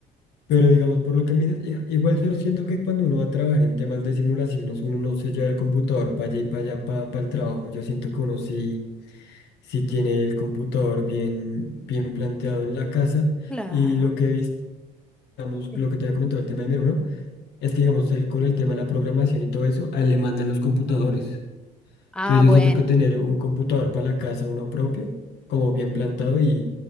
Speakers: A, on the left (about 80°); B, in the centre.
A: pero
B: Sí,
A: digamos por lo que me dices, i- igual yo siento que cuando uno va a trabajar en temas de simulaciones, uno no se lleva el computador para allá y para allá para el trabajo. Yo siento que uno sí, sí tiene el computador bien, bien planteado en la casa.
B: claro.
A: Y lo que he visto digamos,
B: Sí.
A: lo que te había comentado, el tema de mi hermano, es que, digamos, él con el tema de la programación y todo eso, a él le mandan los computadores.
B: Ah,
A: Entonces yo
B: bueno,
A: siento que tener un computador para la casa, uno propio, como bien plantado y,